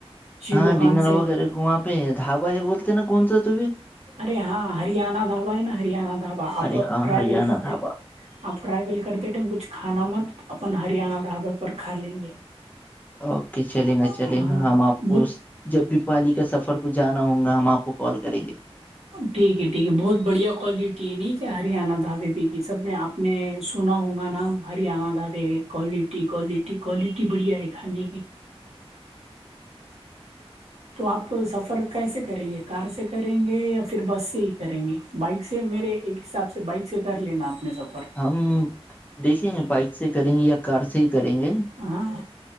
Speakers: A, on the right (about 85°); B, on the left (about 15°).
A: شیبو
B: ہاں ڈنر
A: خان سے
B: وغیرہ وہاں پہ ڈھابا ہے بولتے ہیں نا کون سا ت بھی
A: ارے ہاں ہریانہ ڈھابا ہے نا ہریانہ ڈھابا اب
B: ارے ہاں
A: ٹریول
B: ہریانہ
A: کر
B: ڈھابا
A: د آپ ٹریل کرتے ٹ کچھ کھانا مت اپ ہریانہ ڈابر پر کا لیں گے
B: اوکے چلیں
A: ہاں
B: گا چلیں گا ہم آپ کو
A: بہت
B: جب بھی پالی کا سفر کوچھ جانا ہوگا ہم آپ کو کال کریں گے
A: ٹھیک ہے ٹھیک ہے بہت بڑھیا کوالٹی ہے ن کیا ہریانہ دھابے پ کی سب میں آپ نے سنا ہونا نام ہرییاان د بھی ہے کولٹی کوالٹی کوالٹی بڑھیا ہے کھانے کی تو آپ سفر کیسے کریں گے کار سے کریں گے یا پھر بس سے ہی کریں گے بائک سے میرے ایک حساب سے بائک سے کر لینا اپنے سفر
B: ہم دیکھیں گے بائک سے کریں گے یا کار سے ہی کریں گے
A: ہاں